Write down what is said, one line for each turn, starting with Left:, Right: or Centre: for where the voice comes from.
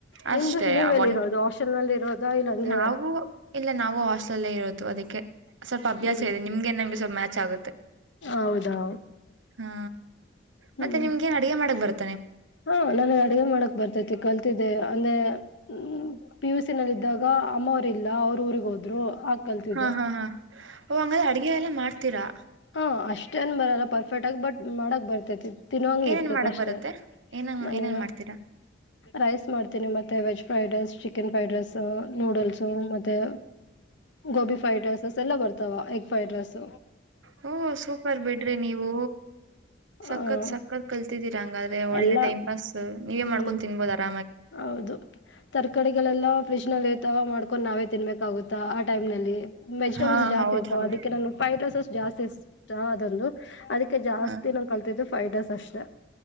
Left: ನಿಮ್ದು
Right: ಅಷ್ಟೆ
Left: ನೀವೆಲ್ಲಿರೋದು
Right: ಒ
Left: ಹಾಸ್ಟೆಲ್ ನಲ್ಲಿ ಇರೋದಾ ಇಲ್ಲಾಂದ್ರೆ
Right: ನಾವು ಇಲ್ಲ ನಾವು ಹಾಸ್ಲಲ್ಲೇ ಇರೋದು. ಅದಕ್ಕೆ ಸ್ವಲ್ಪ ಅಭ್ಯಾಸ
Left: ಹ್ಮ್
Right: ಇದೆ ನಿಮ್ಗೆ ನಂಗೆ ಸ್ವಲ್ಪ ಮ್ಯಾಚ್ ಆಗುತ್ತೆ.
Left: ಹೌದಾ
Right: ಹಾ
Left: ಹ್ಮ್
Right: ಮತ್ತೆ ನಿಮ್ಗೆ ನ್ ಅಡಗೆ ಮಾಡಕ್ ಬರುತ್ತ.
Left: ಹಾ ನನ ಅಡಗೆ ಮಾಡಕ್ ಬರ್ತೇತಿ ಕಲ್ತಿದ್ದೆ ಅಂದ್ರೆ್ಮ ಪಿ ಯುಸ ನಲ್ಲಿ. ಇದಾಗ ಅಮ್ಮವ್ರ ಇಲ್ಲ ಅವ್ರರು ಊರಿಗೆಗ್ ಹೋದ್ರು. ಕಲ್ತಿದ್ದೆ
Right: ಹಾ ಹಾ ಹಾ ಹ ಹಂಗಾದ ಅಡ್ಗೆ ಎಲ್ಲ ಮಾಡ್ತೀರಾ.
Left: ಹಾ ಅಷ್ಟೇನ್ ಬರಲ್ಲ ಪರ್ಫೆಕ್ಟ್ ಆಗ ಬಟ್ ಮಾಡಕ್ ಬರ್ತೇತಿ ತಿನ್ವಂಗ
Right: ಏನೇನ್
Left: ಇರ್ತೇತಿ
Right: ಮಾಡಕ್
Left: ಅಷ್ಟೇ.
Right: ಬರತ್ತೆ ಏನಂಗ
Left: ನಾನೇ
Right: ಏನೇನ್ ಮಾಡ್ತೀರಾ
Left: ರೈಸ್ ಮಾಡ್ತೀನಿ ಮತ್ತೆ veg. Fried rice chicken fried rice noodles ಮತ್ತೆ. ಗೋಬಿ ಫ್ರೈಡ್ ರೈಸಸ್ ಎಲ್ಲ ಬರ್ತಾವ ಎಗ್ ಫ್ರೈಡ್ ರೈಸ್.
Right: ಹಓ ಸೂಪರ್ ಬಿಡ್ರಿ ನೀವು. ಸಕತ್
Left: ಆ
Right: ಸತ್ ಕಲ್ತಿದೀರಾ ಹಂಗಾದ್ರೆ ಒಳ್ಳೆ
Left: ಎಲ್ಲಾ
Right: ಟೈಮ್ ಪಾಸ್ ನೀವೇ
Left: ಹ್ಮ್
Right: ಮಾಡ್ಕೊಂಡ್ ತಿನ್ಬೋದಾರ.
Left: ಹೌದು ತರ್ಕಡಿಗಳೆಲ್ಲಾ ಫ್ರಿಜ್ ನಲ್ಲಿ ಇರ್ತಾವ ಮಾಡ್ಕೊಂಡ್ ನಾವೇ ತಿನ್ಬೇಕಾಗುತ್ತೆ. ಆ ಟೈಮ್ ನಲ್ಲಿ ವೆಜಿಟೇಬಲ್ಸ್
Right: ಹಾ
Left: ಜಾಸ್ತಿ
Right: ಹೌದ್
Left: ಇರ್ತಾವ
Right: ಹೌದು
Left: ಅದಕ್ಕೆ ನಾನ ಫೈೋಸಸ್ ಜಾಸ್ತಿ ಇತ ಅದೊಂದು. ಅದಕ್ಕೆ ಜಾಸ್ತಿ
Right: ಹ.
Left: ನಾ ಕಲ್ತಿದ್ದೆ. ಫೈಡರ್ಸ್ ಅಷ್ಟೆ